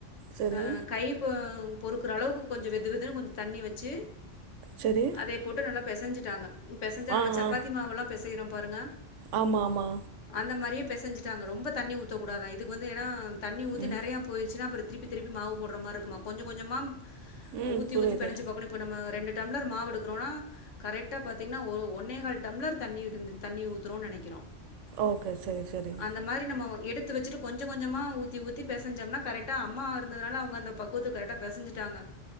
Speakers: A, on the right (about 75°); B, on the left (about 75°).
A: சரி
B: அ கை பொ பொறுக்குற அளவுக்கு கொஞ்ச வெது வெதுன்னு கொஞ்ச தண்ணி வச்சு
A: சரி
B: இதே போட்டு நல்லா பெசஞ்சுட்டாங்க பெசஞ்சா
A: ஆ
B: நம்ம சப்பாத்தி
A: ஆ
B: மாவெல்லா பெசயிறோம் பாருங்க.
A: ஆமா ஆமா
B: அந்த மாரியே பெசஞ்சுட்டாங்க ரொம்ப தண்ணி ஊத்தக் கூடாதா இதுக்கு வந்து ஏன்னா தண்ணி ஊத்தி
A: ம்
B: நெறையா போயிருச்சுனா அப்பறோ திருப்பி திருப்பி மாவு போடுற மார் இருக்குமா கொஞ்ச கொஞ்சமா
A: ம்
B: ஊத்தி
A: புரியுது
B: ஊத்தி பெனஞ்சு பாக் போனு இப்ப நம்ம ரெண்டு டம்ளர் மாவு எடுக்குறோன்னா கரெக்டா பாத்தீங்கன்னா ஒரு ஒன்னே கால் டம்ளர் தண்ணி ஊத்திருந்தது தண்ணி ஊத்துரோன் நெனைக்கிறோ
A: ஓகே சரி சரி
B: அந்த மாரி நம்ம எடுத் த்து வச்சுட்டு கொஞ்ச கொஞ்மா ஊத்தி ஊத்தி பெசஞ்சம்னா கரெக்ட்டா அம்மா இருந்ததுனால அவுங்க அந்த பக்குவத்துக்கு கரெக்ட்டா பெசஞ்சுட்டாங்க